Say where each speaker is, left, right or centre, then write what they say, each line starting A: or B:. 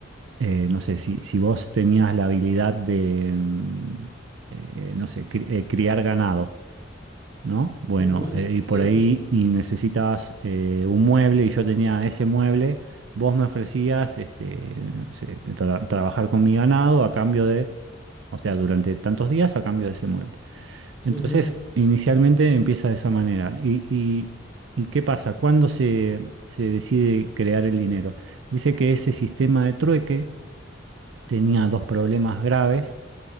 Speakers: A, on the right; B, on the right.
A: eh, no sé, si, si vos tenías la habilidad de, mm, eh, no sé, cri- eh, criar ganado, ¿no? Bueno,
B: ujú,
A: eh, y por
B: sí,
A: ahí y necesitabas eh, un mueble y yo tenía ese mueble, vos me ofrecías este, no sé, tra- trabajar con mi ganado a cambio de, o sea, durante tantos días a cambio de ese mueble. Entonces,
B: ujú,
A: inicialmente empieza de esa manera. ¿Y, y- y qué pasa? ¿Cuándo se, se decide crear el dinero? Dice que ese sistema de trueque tenía dos problemas graves,